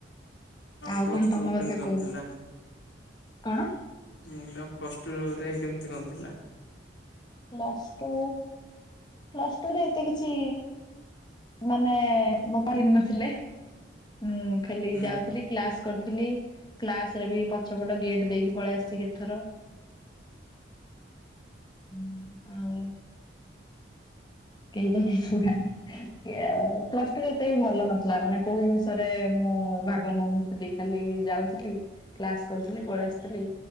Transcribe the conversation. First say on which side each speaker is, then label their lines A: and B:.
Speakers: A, on the left; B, on the left.
A: ଆଉ
B: ପ୍ଲସ
A: କଣ
B: ଟୁ
A: ତମ କଥା
B: କେମିତି କଣ
A: କୁହ?
B: ଥିଲା?
A: କଣ?
B: ମୁଁ କହିଲି ଆଉ ପ୍ଲସ ଟୁ ର ରେ କେମିତି କଣ ଥିଲା?
A: ପ୍ଲସ୍ ଟୁ ପ୍ଲସ୍ ଟୁ ରେ ଏତେ କିଛି ମାନେ ମୋବାଇଲ ନଥିଲେ। ମୁଁ ଖାଲି
B: ହୁଁ
A: ଯାଉଥିଲି। କ୍ଲାସ କରିଥିଲି। କ୍ଲାସ ରେ ବି ପଛପଟ ଗେଟ୍ ଦେଇକି ପଳେଇ ଆସିଛି କେତଥର। ହୁମ ଆଉ କେହି ତ କିଛୁ ହେଇନି। ହେନ୍ତି ଆଉ। ପ୍ଲସ ଟୁ ଏତେ ବି ଭଲ ନଥିଲା ମାନେ କୋଉ ଜିନିଷରେ ମୁଁ ଭାଗ ନଉନ ଖାଲି ଖାଲି ଯାଉଥିଲି। କ୍ଲାସ କରୁଥିଲି ପଳେଇ ଆସୁଥିଲି।